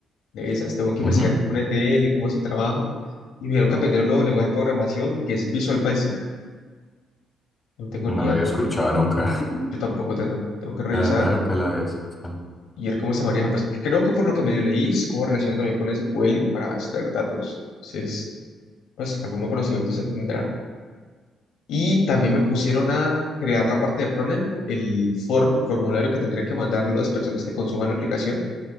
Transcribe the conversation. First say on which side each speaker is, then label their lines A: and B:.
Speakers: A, on the left (about 80°); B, on the left (about 20°).
A: de esas, tengo que investigar
B: ujú,
A: qué es una ETL, cómo se trabaja y me dijeron que aprender un nuevo lenguaje de programación que es Visual Basic. No tengo
B: no
A: ni idea,
B: lo había
A: tengo-
B: escuchado nunca. <laughs>
A: yo tampoco tengo, tengo que revisar
B: La verdad, nunca lo había escuchado.
A: ¿Y él cómo se maneja? Pues creo que por lo que medio leí, es como relación también con SQL para extraer datos. Entonces, pues algún conocimiento se tendrá. Y también me pusieron a crear la parte de frontend, el form- formulario que tendría que mandar las personas que consuman la aplicación